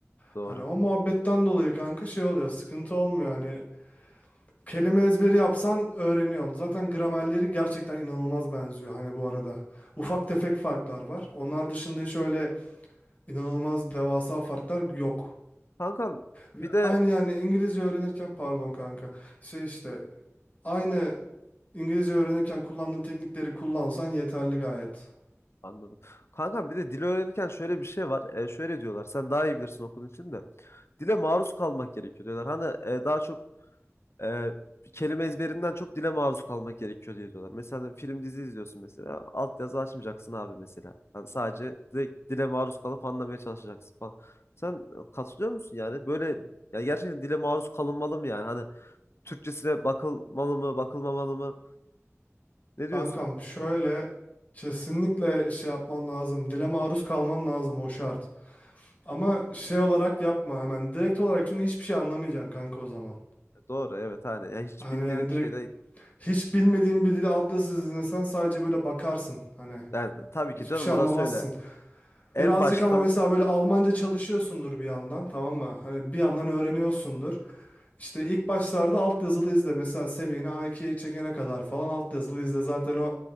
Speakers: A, on the left; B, on the left.
A: Doğru.
B: Hani o muhabbetten dolayı kanka şey oluyor sıkıntı olmuyor hani kelime ezberi yapsan öğreniyorsun. Zaten gramerleri gerçekten inanılmaz benziyor hani bu arada. Ufak tefek farklar var. Onlar dışında hiç öyle inanılmaz devasa farklar yok
A: Kankam
B: ve
A: bir de
B: aynı yani İngilizce öğrenirken pardon kanka şey işte aynı İngilizce öğrenirken kullandığın teknikleri kullansan yeterli gayet.
A: Anladım. Kankam bir de dil öğrenirken şöyle bir şey var. E, şöyle diyorlar. Sen daha iyi bilirsin okulun için de. Dile maruz kalmak gerekiyor diyorlar. Hani e, daha çok e, kelime ezberinden çok dile maruz kalmak gerekiyor diye diyorlar. Mesela hani film dizi izliyorsun mesela. Altyazı açmayacaksın abi mesela. Hani sadece direkt dile maruz kalıp anlamaya çalışacaksın falan. Sen e, katılıyor musun yani? Böyle ya gerçekten dile maruz kalınmalı mı yani? Hani Türkçesine bakılmalı mı, bakılmamalı mı? Ne diyorsun?
B: Kankam şöyle kesinlikle şey yapman lazım. Dile maruz kalman lazım o şart. Ama
A: Hı hı.
B: şey olarak yapma hemen. Direkt olarak çünkü hiçbir şey anlamayacaksın kanka o zaman.
A: Doğru evet hani ya hiç
B: Hani
A: bilmediğim
B: yani
A: şeyde
B: direkt hiç bilmediğin bir dili alt yazısız dinlesen sadece böyle bakarsın. Hani
A: Yani tabii
B: hiçbir
A: ki canım
B: şey
A: orası
B: anlamazsın.
A: öyle. En
B: Birazcık
A: baştan
B: ama mesela böyle Almanca çalışıyorsundur bir yandan tamam mı? Hani bir yandan öğreniyorsundur. İşte ilk başlarda alt yazılı izle. Mesela seviyeni A2'ye çekene kadar falan alt yazılı izle. Zaten o